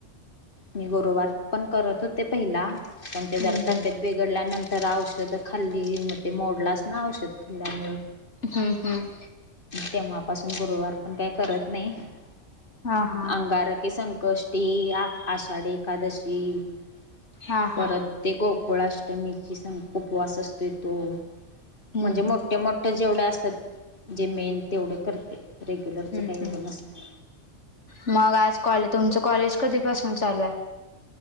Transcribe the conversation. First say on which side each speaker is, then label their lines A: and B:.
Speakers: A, on the left; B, on the left.
A: मी गरुवार पण करत होते पहिला. पण ते
B: हम्म
A: जरा तब्येत
B: हम्म.
A: बिघडल्यानंतर, तर औषधं खाल्ली मगं ते मोडलाच ना, औषध खाल्ल्यामुळे.
B: हम्म हम्म.
A: ते
B: हा हा
A: गोष्टी
B: हा हा
A: <unintelligible>
B: हम्म हम्म.
A: जेवढं असतात, जे मेन तेवढं करते. रेग्युलरचं
B: हम्म
A: काही एवढं
B: हम्
A: नसतं
B: मगं, आज कॉ तुमचं. कॉलेज कधी पासून चालू आहे!